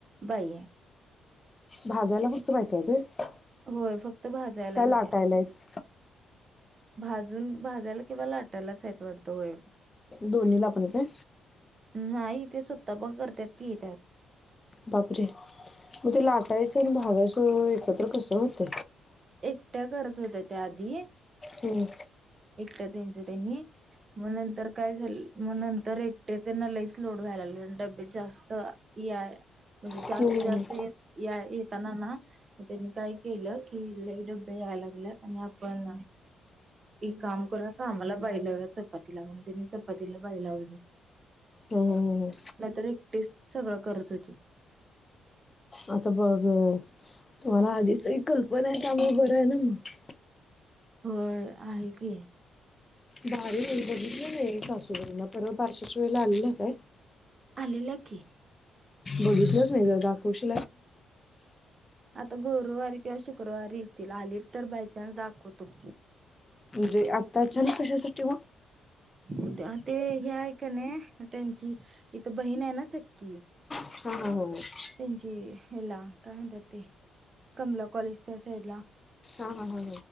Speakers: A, on the right; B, on the left.
A: बाई आहे.
B: भाजायला फक्त बायका येतायत,
A: होय फक्त भाजायला
B: का
A: आहेत
B: लाटायलायत?
A: त्या
B: <inaudible>
A: भाजून, भाजायला किंवा लाटायलाच आहेत वाटतं, होय
B: दोन्ही ला पण काय?
A: नाही, तेे स्वतः पण करत्यात की येतात
B: बापरे, मग ते लाटायचं आणि भाजाय एकत्रपसं होत
A: एकट्या करत होत्या त्या आधी
B: हम्म
A: ट त्यां त्यांनी मग नंतर काय झालं मग नंतर एकटे त्यांना लईच लोड व्हायला लाग डब्या जास्त या म्हणजे
B: हम्म,
A: जास्त
B: हम्म.
A: जास्त
B: हम्म.
A: येताना ना काय केलं किले डबे यायला लागलेत आणि आपण एक काम करूया का आमला बाय लावया चपाती ला म्हणून त्यांनी चपातीला बाई लावली
B: हम ह
A: नाहीतर एकटीच सगळं करत होते
B: आता बघ तुम्हाला आधीचही कल्पना आहे त्यामुळे बरं आहे ना मग
A: होय आहे की
B: भारीबधनर पार्श्शलाला का
A: आलेलं की
B: बघितलंच नाही जर दाखवश
A: आता गुरुवारी किंवा शुक्रवारी येतील आली तर बायचान्स दाखवतो
B: म्हणजे आता ल कशासाठी म
A: उदया ते हे ऐ का नाही त्यांची इथ बहीण आहे ना सक्की
B: हा हा हा हा हा
A: त्यांची ह्याला काय म्हणतात. ते कमला कॉलेज त्या साईडला
B: हा हा